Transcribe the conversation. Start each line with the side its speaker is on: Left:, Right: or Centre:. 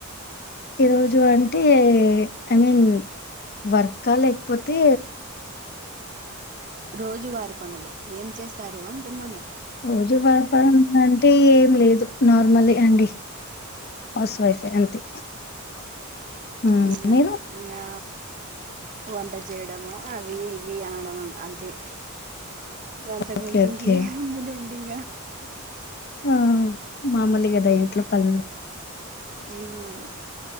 Left: ఈ రోజు అంటే ఐ మీన్ వర్కా లేకపోతే
Right: రోజు వారి పనులు ఏం చేస్తారు అంటున్నాను
Left: రోజు వారి పనులు అంటే ఏం లేదు నార్మలే అండి హౌస్ వైఫ్ అంతే హ్మ్.
Right: ఇగ
Left: మీరు
Right: అంతే ఇంకా వంట చేయడము అవి ఇవి ఆడవం అంతే అంతకు
Left: ఓకే
Right: మించి
Left: ఓకే
Right: ఇంక ఏముందిలేండీ ఇంకా
Left: ఆ మామూలు కదా ఇంట్లో పనులు
Right: మ్మ్